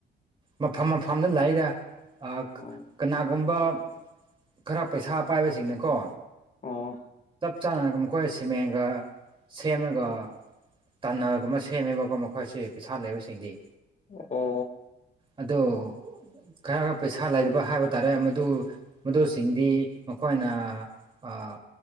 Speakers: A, on the right; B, on the left.
A: ꯃꯐꯝ ꯃꯐꯝꯗ ꯂꯩꯗ ꯑꯥ
B: ꯑꯣ
A: ꯀꯅꯥꯒꯨꯝꯕ ꯈꯔ ꯄꯩꯁꯥ ꯄꯥꯏꯕꯁꯤꯡꯅꯀꯣ
B: ꯑꫭ
A: ꯆꯥꯅꯔꯒ ꯃꯈꯣꯏ ꯁꯤꯃꯦꯟꯒ ꯁꯦꯝꯃꯒ ꯇꯟꯅꯔꯒꯨꯝꯕ ꯁꯦꯝꯃꯦꯕꯀꯣ ꯃꯈꯣꯏꯁꯤ ꯄꯩꯁꯥ ꯂꯩꯕ ꯁꯤꯡꯗꯤ
B: ꯑꯣ
A: ꯑꯗꯣ ꯈꯔ ꯈꯔ ꯄꯩꯁꯥ ꯂꯩꯕ ꯍꯥꯏꯕ ꯇꯥꯔꯦ ꯃꯗꯨ ꯃꯗꯨꯁꯤꯡꯗꯤ ꯃꯈꯣꯏꯅ ꯑꯥ